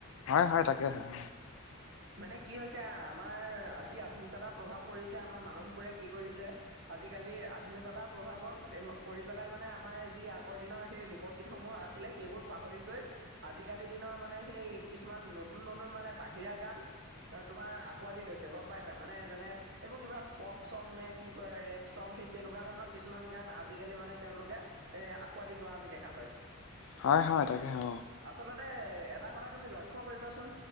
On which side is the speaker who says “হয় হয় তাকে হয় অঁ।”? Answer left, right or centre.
Left